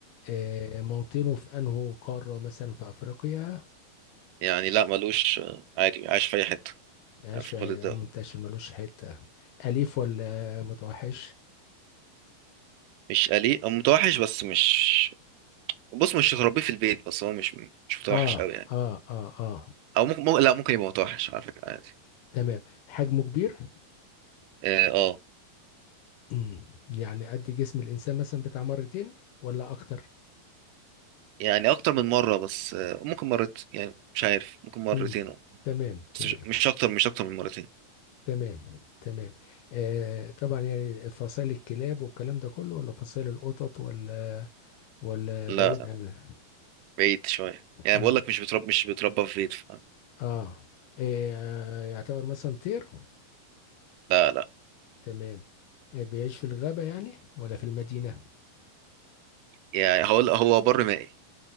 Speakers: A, on the left; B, on the right.
A: آه، موطنه في انه قارة مثلا في افريقيا
B: يعني لا ملوش آه، عادي عايش في اي حته
A: عاش
B: عارف
A: في
B: كل الدول
A: اه منتشر ملوش حتة اليف ولا متوحش
B: مش أليف أو متوحش بس مش بص مش تربيه في البيت بس هو مش مش متوحش
A: اه
B: قوي يعني
A: اه اه اه
B: او ممكن مو- لا ممكن يبقى متوحش على فكره عادي
A: تمام حجمه كبير <clears throat>
B: اه آه.
A: مم. يعني قد جسم الانسان مثلا بتاع مرتين ولا اكتر
B: يعني اكتر من مره بس آه، ممكن مرت يعني مش عارف ممكن مرتين
A: مم.
B: أو
A: تمام
B: بس
A: تمام
B: مش مش اكتر مش اكتر من مرتين
A: تمام تمام آه طبعا يعني فصائل الكلاب والكلام ده كله ولا فصائل القطط ولا ولا
B: لا
A: بعيد عن
B: بعيد شويه يعني
A: مم.
B: بقول لك مش بتربى مش بتربى في بيت ف...
A: اه إيه آه، يعتبر مثلا طير
B: لا لا
A: تمام آه، بيعيش في الغابة يعني ولا في المدينة
B: يعني هقول هو بر مائي